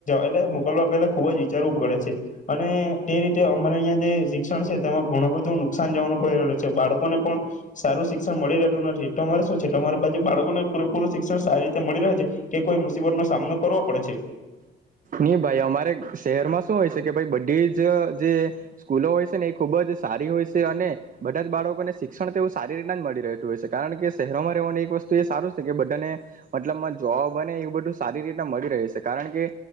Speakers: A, on the left; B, on the right.
A: એટલે મોકલવા પહેલા ખુબ જ વિચારવું પડે છે અને તે રીતે અમારે અહં જે શિક્ષણ છે તેમાં ઘણું બધું નુકસાન જવાનું ભય રહલું છે બાળકોને પણ સારું શિક્ષણ મળી રહેતું નથી તમારે શું છે તમારે બાજુ બાળકો ને પૂરેપૂર શિક્ષણ સારી રીતે મળી રહે છે કે કોઈ મુસીબતનોો સામનો કરવો પડે છે.
B: નહી ભાઈ અમારે શહેરમાં શું હોય છે કે ભાઈ બધી જ જે સ્કૂલો હોય છે ને એ ખૂબ જ સારી હોય છે અને બધા જ બાળકોને શિક્ષણ તેવું સારી રીતના જ મળી રહેતું હોય છે કારણ કે શહેરોમાં રહેવાની એક વસ્તુ એ સારું છે કે બધાને મતલબમાં જોબ બને એવું બધું સારી રીતના મળી રહે છે કારણ કે